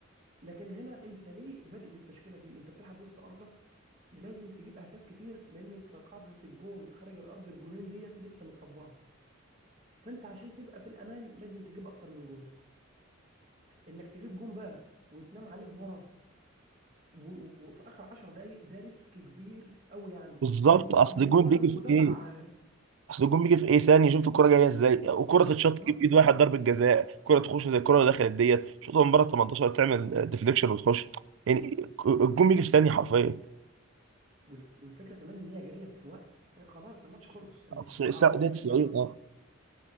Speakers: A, on the right; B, on the right.
A: لكن هنا انت ليه بادئ بالتشكيله دي انت بتلعب وسط ارضك لازم تجيب اهداف كتير لان انت قاعده الجون خارج الارض بجونين ديت لسه متطبقه فانت عشان تبقى في الامان لازم تجيب اكتر من جون انك تجيب جون بقى وتنام عليه ورا و- وفي اخر 10 دقائق ده ريسك كبير قوي يعني
B: بالظبط
A: وخ-
B: اصل
A: وهو
B: الجون بيجي في
A: ودفع
B: ايه
A: آه،
B: اصل الجون بيجي في ايه ثانيه شفت الكره جايه ازاي وكره تتشاط
A: بالظبط
B: تجيب ايد واحد ضربه جزاء كره تخش زي الكره اللي دخلت ديت شوطها من بره 18 تعمل ديفليكشن وتخش يعني الجون بيجي في ثانيه حرفيا
A: والف- والفكره كمان ان هي جايه في وقت خلاص الماتش خلص انت
B: بس
A: هتعوض
B: ده
A: فين
B: 90
A: بقى خلاص
B: اه